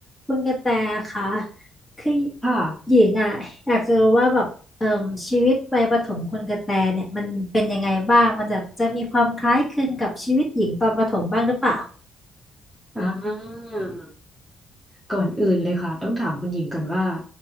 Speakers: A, on the left (about 20°); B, in the centre.
A: คุณกระแตคะคือ
B: ค่ะ
A: หญิงอ่ะอยากจะรู้ว่าแบบเอ่มชีวิตวัยประถมคุณกระแตเนี่ยมันเป็นยังไงบ้างมันจะจะมีความคล้ายคลึงกับชีวิตหญิงตอนประถมบ้างหรือเปล่า
B: อ่าอืมก่อนอื่นเลยค่ะต้องถามคุณหญิงก่อนว่า